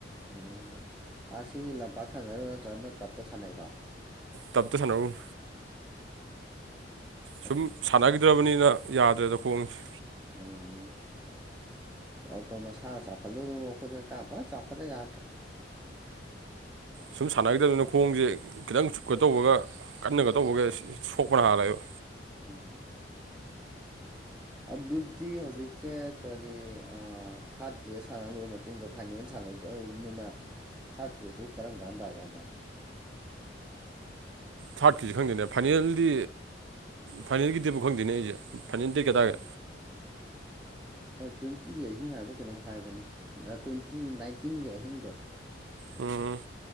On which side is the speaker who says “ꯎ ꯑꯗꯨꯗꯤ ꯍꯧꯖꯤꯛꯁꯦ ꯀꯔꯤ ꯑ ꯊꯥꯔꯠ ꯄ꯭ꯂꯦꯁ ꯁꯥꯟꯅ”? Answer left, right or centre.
Centre